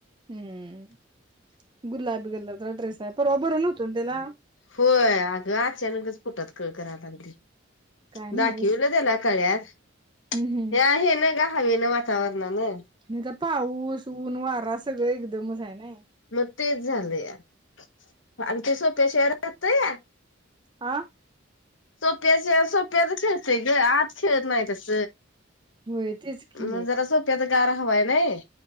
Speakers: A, on the right; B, on the left.
A: हम्म गुलाबी कलरचा ड्रेस आहे परवा बर नव्हत त्याला.
B: होय अग अचानकच पोटात कळ करायला,
A: काय नव्हच
B: दाखीवल त्याला कळ्यात
A: हम्म हम्म
B: हे आहे ना का, हवेन वातावरणान,
A: हेंचा पाऊस ऊन वारा सगळं एकदमच आहे नाय,
B: मग तेच झालं या आणि ते सोप्या शार, करते या,
A: आं,
B: सोप्याचे सोप्या त खेळते ग आज खेळत नाही तस,
A: होय तेच की
B: म जरा सोप्यात गार हवाय नाही.